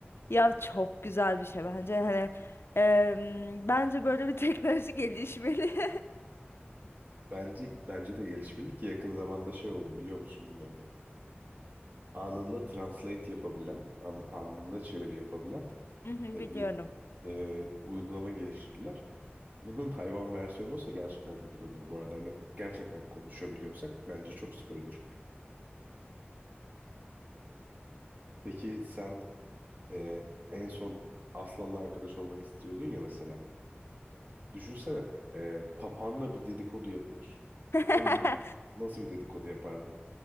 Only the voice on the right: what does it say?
Bence bence de gelişmeli ki yakın zamanda şey oldu biliyor musun bilmiyorum. Anında translate yapabilen, an- anında çeviri yapabilen
e,
bir e, uygulama geliştirdiler. Bunun hayvan versiyonu olsa gerçekten çok güzel olur bu arada. Hani gerçekten konuşabiliyorsak bence çok süper olur. Peki sen e, en son Aslan'la arkadaş olmak istiyordun ya mesela. Düşünsene e, papağanla bir dedikodu yapıyorsun.
Lan Nasıl bir dedikodu yapardın?